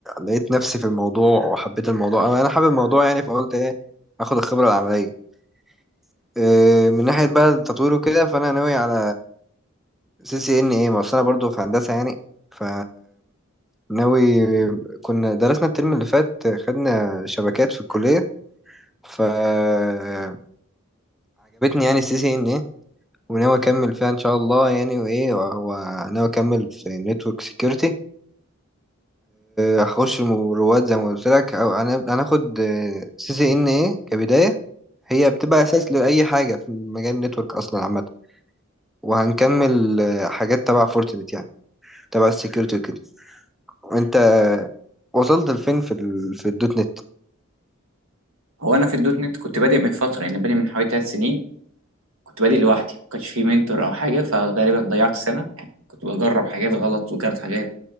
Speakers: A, in the centre; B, on the right.
A: لقيت نفسي في الموضوع وحبيت الموضوع أنا أنا حابب الموضوع يعني فقلت إيه آخد الخبرة العملية آه، من ناحية بقى التطوير وكده فأنا ناوي على سي سي إن إيه ما أصل أنا برضه في هندسة يعني ف ناوي كنا درسنا الترم اللي فات خدنا شبكات في الكلية فعجبتني يعني السي سي إن إيه وناوي أكمل فيها إن شاء الله يعني وإيه و- وناوي أكمل في نتورك سيكيورتي هخش الم- رواد زي ما قلت لك أو هن- هناخد سي سي إن إيه كبداية هي بتبقى أساس لأي حاجة في مجال النتورك أصلا عامة وهنكمل آه، حاجات تبع فورتنت يعني تبع السكيورتي وكده وانت وصلت لفين في ال... في الدوت نت
B: هو انا في الدوت نت كنت بادئ من فتره يعني بادئ من حوالي ثلاث سنين كنت بادئ لوحدي ما كانش في منتور او حاجه فغالبا ضيعت سنه يعني كنت بجرب حاجات غلط وجربت حاجات